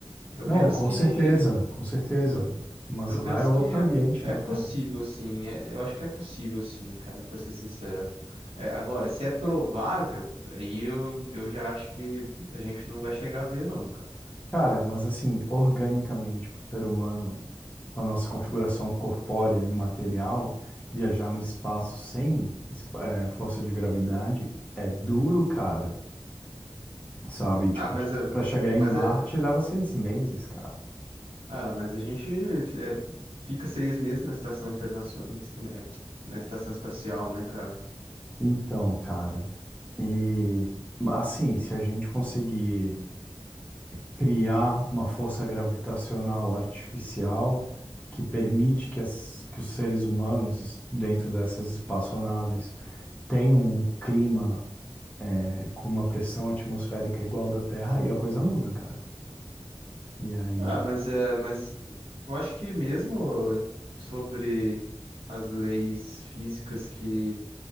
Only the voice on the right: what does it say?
Eu
penso
que
eu
Eu
penso
que é,
é
possível,
sim. É- eu acho que é possível, sim, cara, pra ser sincero. É, agora, se é provável, aí eu, eu já acho que a gente não vai chegar a ver, não, cara.
Ah, mas, é-
mas,
é-
ah, mas a gente é, fica seis meses na estação internacional, na estação espacial, né, cara?
Ah, mas, é, mas eu acho que mesmo sobre as leis físicas que